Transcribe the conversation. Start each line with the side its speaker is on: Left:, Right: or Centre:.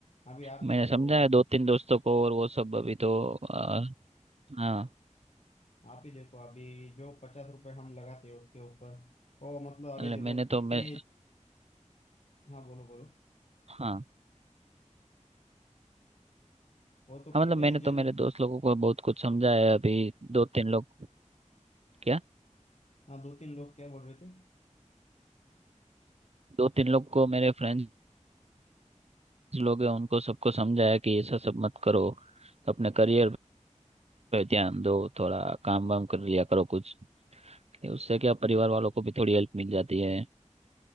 Left: अभी आप
Right: मैंने
Left: ही देखो
Right: समझा है दो तीन दोस्तों को और वो सब अभी तो आ, हाँ
Left: आप ही देखो अभी जो पचास रुपए हम लगाते हैं उसके ऊपर वो मतलब अभी
Right: मतलब
Left: देखो
Right: मैंने तो
Left: कितने
Right: मैं
Left: हाँ बोलो बोलो
Right: हाँ
Left: वो तो
Right: हाँ
Left: कितने
Right: मतलब मैंने तो
Left: जन
Right: मेरे दोस्त लोगों को बहुत कुछ समझाया है अभी दो तीन लोग क्या
Left: हाँ दो तीन लोग क्या बोल रहे थे
Right: दो तीन लोग को मेरे फ्रेंड्स लोग हैं उनको सबको समझाया कि ऐसा सब मत करो अपने करियर पे ध्यान दो थोड़ा काम वाम कर लिया करो कुछ कि उससे क्या परिवार वालों को भी थोड़ी हेल्प मिल जाती है